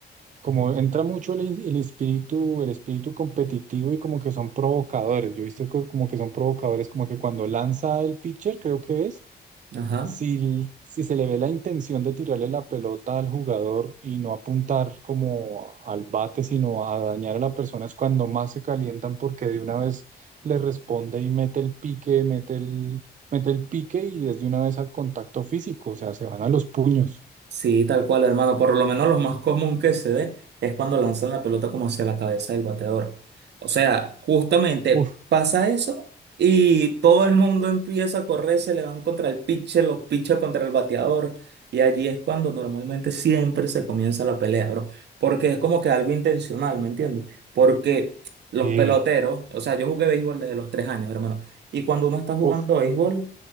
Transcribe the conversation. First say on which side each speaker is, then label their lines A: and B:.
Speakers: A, on the right; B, on the right.
A: como entra mucho el, in- el espíritu, el espíritu competitivo y como que son provocadores. Yo he visto que como que son provocadores, como que cuando lanza el pitcher, creo que es,
B: Ajá.
A: si, si se le ve la intención de tirarle la pelota al jugador y no apuntar como al bate, sino a dañar a la persona, es cuando más se calientan porque de una vez le responde y mete el pique, mete el, mete el pique y es de una vez al contacto físico, o sea, se van a los puños.
B: Sí, tal cual, hermano. Por lo menos lo más común que se ve es cuando lanzan la pelota como hacia la cabeza del bateador. O sea, justamente
A: Uf,
B: pasa eso y todo el mundo empieza a correr, se le van contra el pitcher, los pitchers contra el bateador. Y allí es cuando normalmente siempre se comienza la pelea, bro. Porque es como que algo intencional, ¿me entiendes? Porque los
A: eh,
B: peloteros, o sea, yo jugué béisbol desde los tres años, hermano. Y cuando uno está jugando
A: uf,
B: béisbol,